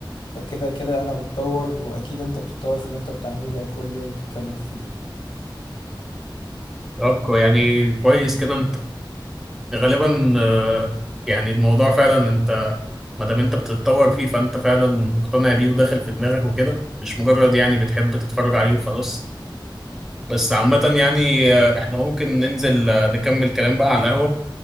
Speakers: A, on the left; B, in the centre.
A: فكده كده انا بتطور واكيد انت بتتطور في اللي انت بتعمله لو كل يوم بتتكلم فيه
B: طب كو- يعني كويس كده غالبا آه، يعني الموضوع فعلا انت ما دام انت بتتطور فيه فانت فعلا مقتنع بيه وداخل في دماغك وكده مش مجرد يعني بتحب تتفرج عليه وخلاص بس عامة يعني آه، احنا ممكن ننزل آه، نكمل كلام بقى على القهوة